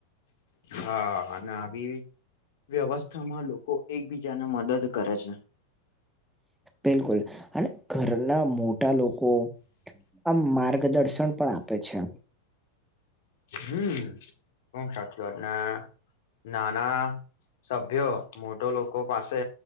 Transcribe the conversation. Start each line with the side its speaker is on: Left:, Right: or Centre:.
Left: હા અને આવી વ્યવસ્થામાં લોકો એકબીજાને મદદ કરે છે.
Centre: બિલકુલ અને ઘરના મોટા લોકો આમ માર્ગદર્શન પણ આપે છે.
Left: હમ્મ <unintelligible> સાચી વાત ને નાના સભ્યો મોટો લોકો પાસે